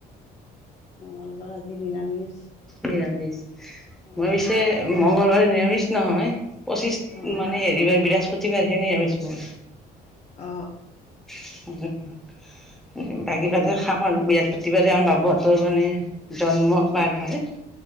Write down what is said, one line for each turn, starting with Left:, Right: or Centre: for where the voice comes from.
Left: মঙলবাৰ আজি নিৰামিষ।
Centre: নিৰামিষ,
Left: অ',
Centre: মই পিছে মংগলবাৰে নিৰামিষ নহয়। পঁচিছ
Left: অ',
Centre: মানে হেৰিবাৰ বৃহস্পতিবাৰহে নিৰামিষ মোৰ।
Left: অ',
Centre: <inaudible> বাকী বাৰে খাওঁ আৰু, বৃহস্পতিবাৰে <unintelligible> তোৰ মানে জন্মবাৰ
Left: অ',
Centre: হয়,